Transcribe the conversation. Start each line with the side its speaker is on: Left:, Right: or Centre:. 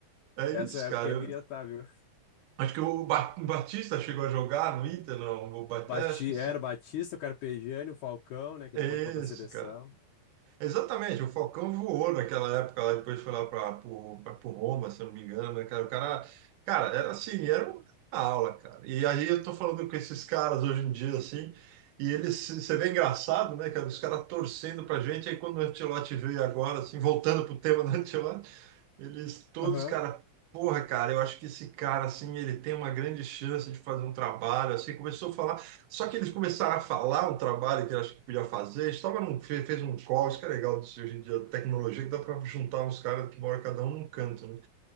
Right: é
Left: Essa
Right: isso,
Left: época
Right: cara.
Left: eu queria
Right: Eu-
Left: estar, viu?
Right: acho que o Ba- o Batista chegou a jogar no Inter, não, o Batista,
Left: Bati,
Right: acho que sim,
Left: era o Batista, o Carpegiani, o Falcão, né, que
Right: é
Left: depois foi pra seleção.
Right: isso, cara. Exatamente, o Falcão voou naquela época lá, depois foi lá para o Roma, se eu não me engano, né, cara? O cara, cara, era assim, era uma aula, cara. E aí eu tô falando com esses caras hoje em dia, assim, e eles, você vê engraçado, né, cara? Os caras torcendo pra gente, aí quando o Ancelotti veio agora, assim, voltando pro tema do Ancelotti, eles todos,
Left: Aham.
Right: cara, porra, cara, eu acho que esse cara, assim, ele tem uma grande chance de fazer um trabalho, assim, começou a falar, só que eles começaram a falar um trabalho que eu acho que podia fazer, estava num, fe- fez um call, isso que é legal disso hoje em dia, tecnologia, que dá para juntar uns caras que moram cada um num canto, né?